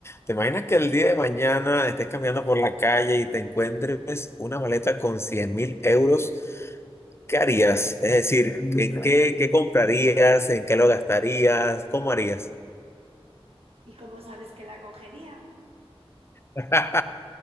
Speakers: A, on the left; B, on the right.
A: ¿Te imaginas que el día de mañana estés caminando por la calle y te encuentres una maleta con cien mil euros? ¿Qué harías? Es decir, ¿en qué, qué comprarías? ¿En qué lo gastarías? ¿Cómo harías?
B: ¿Y cómo sabes que la cogería?
A: <laughs>